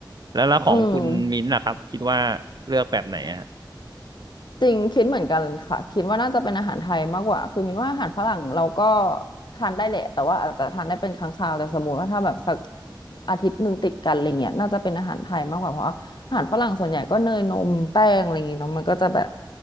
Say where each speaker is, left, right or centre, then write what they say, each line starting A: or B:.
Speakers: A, on the right (about 60°); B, on the left (about 65°).
A: แล้วแล้วของคุณมิ้นท์ล่ะครับคิดว่าเลือกแบบไหนอะ
B: อืม จริงคิดเหมือนกันค่ะคิดว่าน่าจะเป็นอาหารไทยมากกว่าคือมินว่าอาหารฝรั่งเราก็ทานได้แหละแต่ว่าอาจจะทานได้เป็นครั้งคราวแต่สมมติว่าถ้าแบบสักอาทิตย์หนึ่งติดกันอะไรเงี้ยน่าจะเป็นอาหารไทยมากกว่าเพราะอาหารฝรั่งส่วนใหญ่ก็เนยนมแป้งอะไรอย่างงี้เนาะมันก็จะแบบ